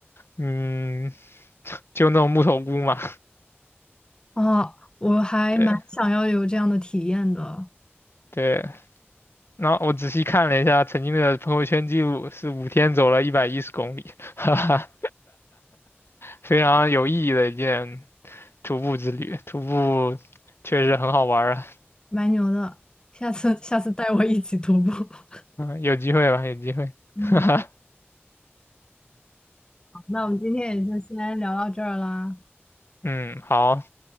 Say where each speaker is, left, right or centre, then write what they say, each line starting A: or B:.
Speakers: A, on the left; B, on the left.
A: 嗯，就那种木头屋嘛。
B: 啊！我还蛮想要有这样的体验的，
A: 对对，然后我仔细看了一下曾经的朋友圈记录，是五天走了一百一十公里，哈哈，非常有意义的一件徒步之旅。徒步确实很好玩啊，
B: 蛮牛的。下次下次带我一起徒步。<laughs>
A: 嗯，有机会吧，有机会，
B: 嗯，
A: 哈哈，
B: 好，那我们今天也就先聊到这儿啦，
A: 嗯，好，